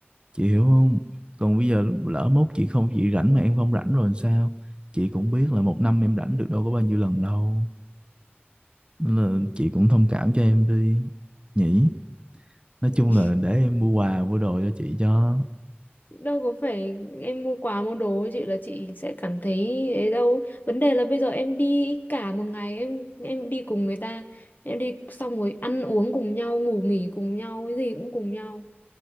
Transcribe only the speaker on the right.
chị hiểu không còn bây giờ lỡ mốt chị không chị rảnh mà em không rảnh rồi làm sao chị cũng biết là một năm em rảnh được đâu có bao nhiêu lần đâu Nên là chị cũng thông cảm cho em đi nhỉ nói
chung là để em mua quà mua đồ cho chị cho